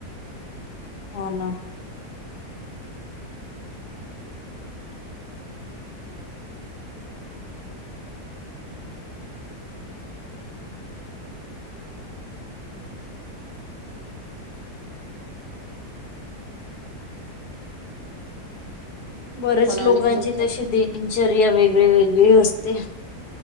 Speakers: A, on the left; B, on the right.
A: हो ना बरेच
B: पण अनेक
A: लोकांची
B: लोक सक-
A: तशी दिनचर्या वेगळी वेगळी असते.